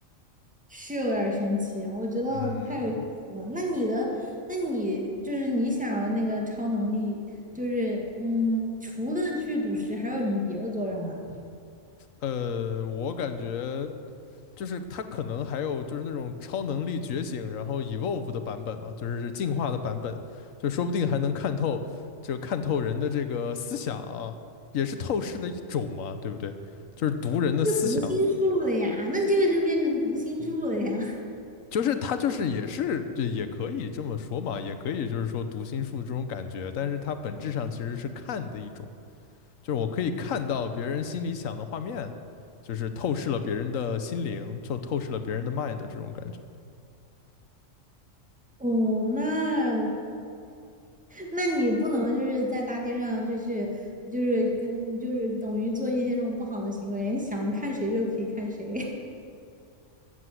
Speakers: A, in the centre; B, on the left.
A: 是有点儿神奇，我觉得太有意思了。
B: 嗯
A: 那你的，那你就是你想要那个超能力，就是嗯，除了去赌石，还有什么别的作用啊？
B: 呃，我感觉就是它可能还有就是那种超能力觉醒，然后 evolve 的版本嘛，就是进化的版本，就说不定还能看透，就看透人的这个思想啊，也是透视的一种嘛，对不对？就是读人的思想。
A: 就读心术了呀，那这个就变成读心术了呀。
B: 就是他就是也是对，也可以这么说嘛，也可以就是说读心术这种感觉，但是它本质上其实是看的一种，就是我可以看到别人心里想的画面，就是透视了别人的心灵，就透视了别人的 mind 这种感觉。
A: <laughs> 哦，那那你不能就是在大街上就是就是跟就是等于做一些这种不好的行为，想看谁就可以看谁。